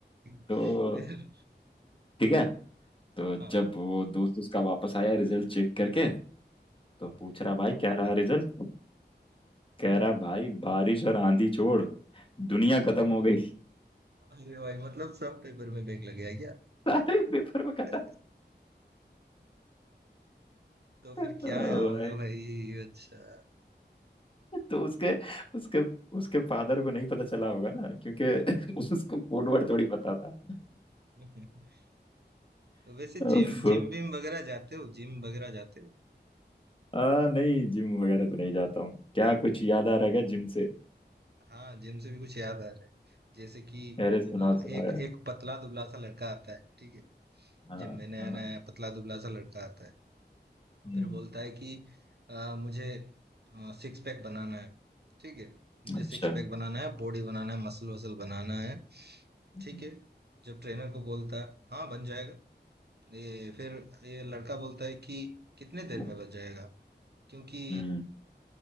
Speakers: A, on the right (about 65°); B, on the left (about 30°).
A: <laughs>
B: तो
A: फिर
B: ठीक है तो जब
A: हाँ
B: वो दोस्त उसका वापस आया रिजल्ट चेक करके तो
A: हाँ
B: पूछ रहा भाई क्या रहा रिजल्ट कह रहा भाई बारिश और आंधी छोड़ दुनिया खत्म हो गई <laughs>
A: अरे भाई मतलब सब पेपर में बैग लग गया क्या
B: सारे पेपर में खत्म
A: <laughs> तो फिर
B: ओ
A: क्या आया होगा
B: भाई
A: भाई अच्छा
B: तो उसके उसके उसके फादर को नहीं पता चला होगा ना क्योंकि <laughs> उसको कोड वर्ड थोड़ी पता था
A: <laughs> तो वैसे जिम
B: उफ।
A: जिम विम वगैरह जाते हो जिम वगैरह जाते हो
B: आ, नहीं जिम वगैरह तो नहीं जाता हूँ क्या कुछ याद आ रहा है क्या जिम से
A: हाँ जिम से भी कुछ याद आ रहा है जैसे कि
B: अरे सुनाओ
A: हाँ, एक
B: सुनाओ यार
A: एक पतला दुबला सा लड़का आता है ठीक है
B: हाँ
A: जिम में नया
B: हाँ
A: नया पतला दुबला सा लड़का आता है
B: हम्म
A: फिर बोलता है कि आ, मुझे सिक्स पैक बनाना है ठीक है मुझे
B: अच्छा
A: सिक्स पैक बनाना है बॉडी बनाना है मसल वसल बनाना है
B: हम्म।
A: ठीक है जब ट्रेनर को बोलता है हाँ बन जाएगा ये फिर ये लड़का बोलता है कि कितने
B: <laughs>
A: देर में बन जाएगा क्योंकि
B: हम्म